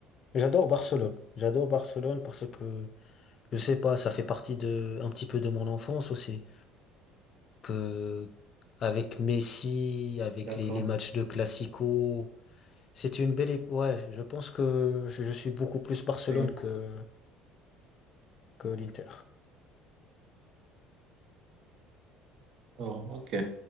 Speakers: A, on the left; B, on the right.
A: j'adore Barcelone. J'adore Barcelone parce que, je sais pas, ça fait partie de, un petit peu de mon enfance aussi. que avec Messi, avec
B: D'accord.
A: les, les matchs de Classico, c'est une belle... ép- Ouais, je pense que je, je suis beaucoup plus Barcelone
B: Oui.
A: que, que l'Inter.
B: Oh, ok.